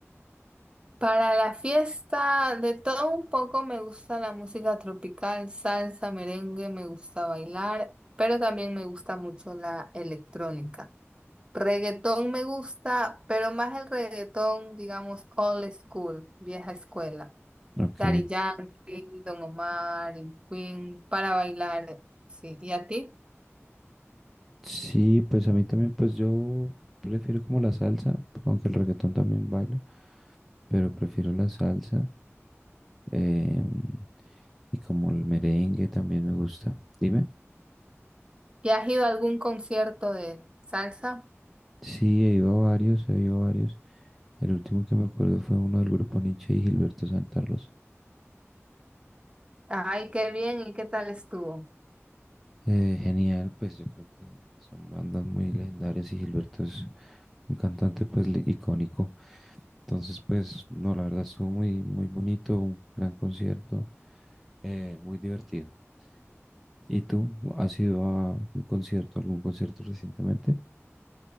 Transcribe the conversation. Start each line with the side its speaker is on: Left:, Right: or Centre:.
Right: Para la fiesta, de todo un poco me gusta la música tropical, salsa, merengue, me gusta bailar, pero también me gusta mucho la electrónica. Reggaetón me gusta, pero más el reggaetón, digamos, old school, vieja escuela.
Centre: Ok,
Right: Daddy Yankee, Don Omar, y Queen, para bailar, sí. ¿Y a ti?
Centre: sí, pues a mí también, pues yo prefiero como la salsa, aunque el reggaetón también bailo, pero prefiero la salsa em, y como el merengue también me gusta. Dime.
Right: ¿Y has ido a algún concierto de salsa?
Centre: Sí, he ido a varios, he ido a varios. El último que me acuerdo fue uno del grupo Nietzsche y Gilberto Santa Rosa.
Right: Ay, qué bien, ¿y qué tal estuvo?
Centre: Eh, genial, pues yo creo que son bandas muy legendarias y Gilberto es un cantante pues li- icónico. Entonces, pues no, la verdad estuvo muy, muy bonito, un gran concierto, eh, muy divertido. ¿Y tú has ido a un concierto, algún concierto recientemente?